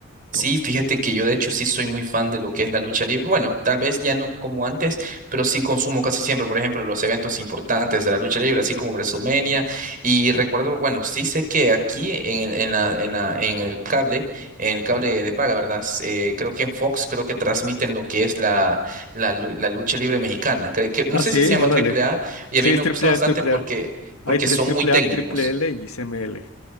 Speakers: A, on the right (about 40°); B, on the left (about 90°).
A: Sí,
B: todo.
A: fíjate que yo de hecho sí soy muy fan de lo que es la lucha libre. Bueno, tal vez ya no como antes, pero sí consumo casi siempre, por ejemplo, los eventos importantes de la lucha libre, así como WrestleMania. Y recuerdo, bueno, sí sé que aquí en, en la, en la, en el cable, en el cable de paga, ¿verdad? Eh, creo que en Fox creo que transmiten lo que es la, la, lu- la lucha libre mexicana. Creo que, no
B: Ah,
A: sé
B: sí,
A: si se llama
B: órale.
A: Triple A y
B: Sí,
A: a mí
B: es
A: me gusta
B: triple
A: bastante
B: A, es triple
A: porque,
B: A.
A: porque
B: Hay tres
A: son
B: triple
A: muy técnicos.
B: A, triple L y CML.